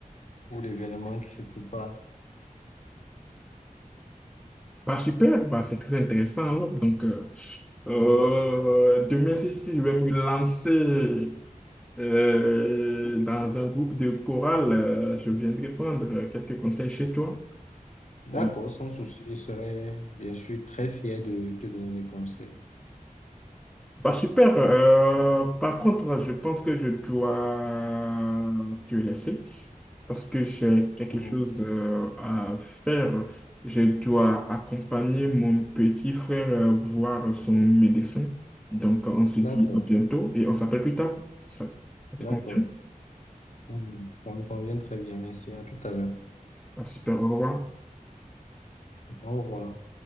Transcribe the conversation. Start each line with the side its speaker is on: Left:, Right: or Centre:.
Left: pour l'événement qui se prépare.
Centre: Bah, super, bah, c'est très intéressant. alors. Donc, euh, euh,
Left: Mm.
Centre: demain, si, si, je vais me lancer euh, dans un groupe de chorale euh, je viendrai prendre euh, quelques conseils chez toi.
Left: D'accord,
Centre: Euh,
Left: sans souci, je serai bien sûr très fier de te donner des conseils.
Centre: Bah super. Euh, par contre, je pense que je dois te laisser parce que j'ai quelque
Left: Mm.
Centre: chose euh, à faire. Je dois accompagner mon petit frère euh, voir son médecin. Donc, on se dit
Left: D'accord,
Centre: à bientôt et on s'appelle plus tard. Ça, ça te
Left: d'accord.
Centre: convient?
Left: Mm. Ça me convient très bien, merci. À tout à l'heure.
Centre: Ah, super, au revoir.
Left: Au revoir.